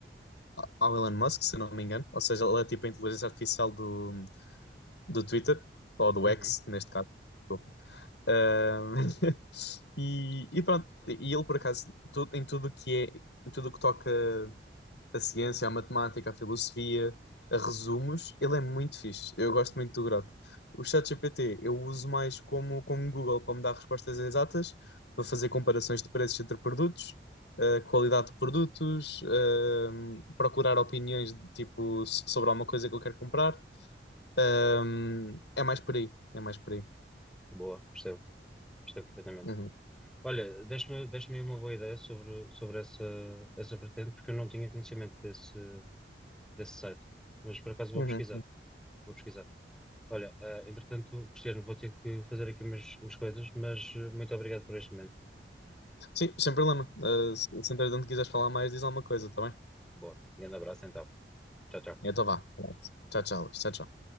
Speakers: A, on the left; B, in the centre.
A: ao Elon Musk, se eu não me engano, ou seja, ele é tipo a inteligência artificial do, do Twitter, ou do
B: Uhum.
A: X, neste caso. desculpa. Eh, <laughs> e, e pronto, e ele por acaso, tu- em tudo que é, em tudo que toca a ciência, a matemática, a filosofia, a resumos, ele é muito fixe. Eu gosto muito do Grok. O ChatGPT eu uso mais como, como Google para me dar respostas exatas, para fazer comparações de preços entre produtos, eh, qualidade de produtos, eh, procurar opiniões de, tipo so- sobre alguma coisa que eu quero comprar. Ahm, é mais por aí, é mais por aí.
B: Boa, percebo, percebo perfeitamente.
A: Uhum,
B: Olha, deixa-me deixa-me aí uma boa ideia sobre, sobre essa, essa vertente, porque eu não tinha conhecimento desse, desse site. Mas por acaso
A: uhum.
B: vou pesquisar. Vou pesquisar. Olha, ah, entretanto, Cristiano, vou ter que fazer aqui umas, umas coisas, mas eh, muito obrigado por este momento.
A: Sim, sem problema. Eh, se, se entretanto quiseres falar mais, diz alguma coisa, tá bem?
B: Boa. Grande abraço então. Tchau, tchau.
A: Então vá. Tchau, tchau, Luís. Tchau, tchau.